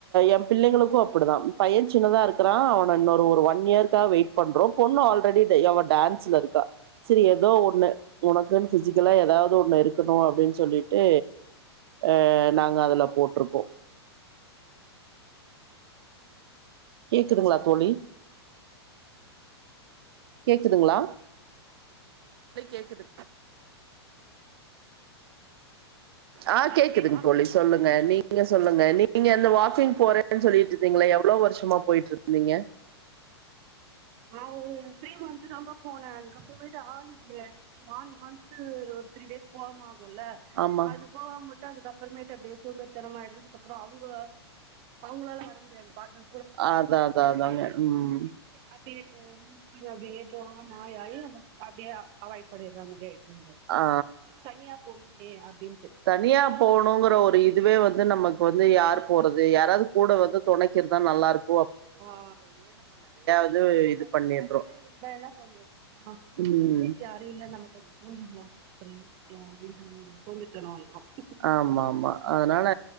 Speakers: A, on the right (about 60°); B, on the right (about 35°).
A: எ பிள்ளைங்களுக்கு அப்புடிதா பைய சின்னதா இருக்குறா அவன் இன்னொரு ஒன் இயர்காக வெயிட் பண்றோ பொண்ணு ஆல்ரெடி டான்ஸ்ல இருக்க செரி ஏதோ ஒன்னு உனக்குன்னு க்கெலா ஏதாவ்து ஒன்னு இருக்கணு அப்டின் சொல்லிட்டு அ நாங்க அதுல போட்ருக்கோ கேக்குதுங்ளா தோழி கேக்குதுங்ளா கேக்குது ஆ
B: ஹலோ
A: கேக்குதுங்க
B: கேக்குதா
A: தோழி சொல்லுங்க நீங்க சொல்லுங்க நீங்க அந்த வாக்கிங் போறே சொல்லிட்டு நீங்ள எவ்ளோ வர்ஷமா போயிட்டு இருந்தீங்க
B: நா ஒரு த்ரீ மந்த் தாபா போன அதுக்கப்றமேட்டு ஆள் இல்ல நான் மந்த் த்ரீ டேஸ் போனமா முல்ல
A: ஆமா
B: அது போக முல் அதுக்கப்றமேட்டு அப்டே சோம்பேரி தனமா ஆயிடதுக்கு அப்றோ அவங்கள அவங்களால வர முடியாது பாட்ன
A: அ அதா அதா அதாங்க ம்
B: அப்டியேத்து <unintelligible> அப்டியே போவாம ஆய்ஆயி அப்டியே அவாயிட் பண்ணிறாங்க
A: ஆ
B: தனியா போனிங்க ஏ அப்டின்
A: தனியா போணுங்ற ஒரு இதுவே வந்து நம்மக்கு வந்து யார் போறது யாராவது கூட வந்து தொனக்கி இருந்தா நல்லாருக்
B: ஆ இப்போ
A: இது
B: நம்ம
A: இது பண்ணிடுறோம்
B: ஒ தனியா இருந்தா என்ன பண்ணுவோ தெரியுமா
A: ம்
B: சரி யாரு இல்ல நம்ம கொஞ்சோ போரில்லா க்லா அப்டின்ற ஒரு சோம்பேர்தனோ வந்ரு
A: ஆம் ஆமா அதனால